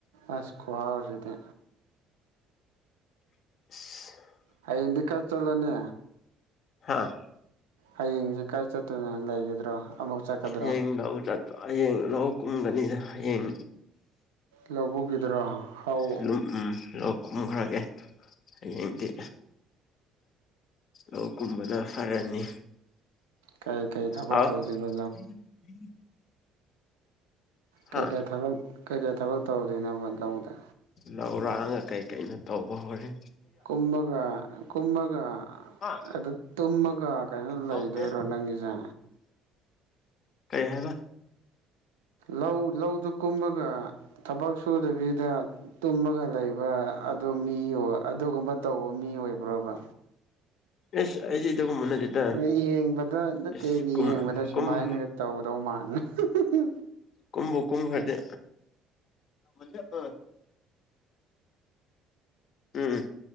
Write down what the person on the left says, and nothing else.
<unintelligible> <inaudible>
ꯍꯥꯥ
ꯍꯌꯦꯡ ꯂꯧ ꯆꯠꯄ ꯍꯌꯦꯡ ꯂꯧ ꯀꯨꯝꯒꯅꯤꯗ ꯍꯌꯦꯡ
ꯑꯗꯨꯝ ꯎꯝ ꯂꯧ ꯀꯨꯝꯈ꯭ꯔꯒꯦ ꯍꯌꯦꯡꯗꯤ ꯂꯧ ꯀꯨꯝꯕꯅ ꯐꯔꯅꯤ
ꯍꯥꯎ
<inaudible> ꯍꯥ
ꯂꯧꯔꯥꯡꯒ ꯀꯩꯀꯩꯅꯣ ꯇꯧꯕ ꯍꯧꯔꯦ
ꯍꯥ
ꯌꯥꯎꯗꯦ
ꯀꯩ ꯍꯥꯏꯕ
ꯏꯁ ꯑꯩꯗꯤ ꯑꯗꯨꯒꯨꯝꯕ ꯅꯠꯇꯦꯗ
ꯏꯁ ꯀꯨꯝ
ꯀꯨꯝꯕꯨ
ꯀꯨꯝꯕꯨ ꯀꯨꯝꯈ꯭ꯔꯗꯤ <unintelligible> ꯎꯝ